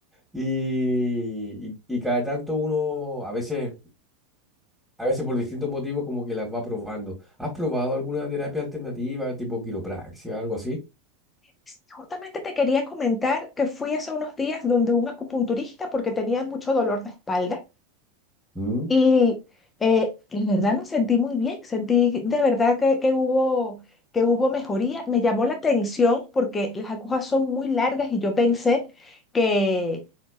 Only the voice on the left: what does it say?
Sí, Justamente te quería comentar que fui hace unos días donde un acupunturista porque tenía mucho dolor de espalda
y eh, la verdad me sentí muy bien, sentí de verdad que, que hubo, que hubo mejoría. Me llamó la atención porque las agujas son muy largas y yo pensé que,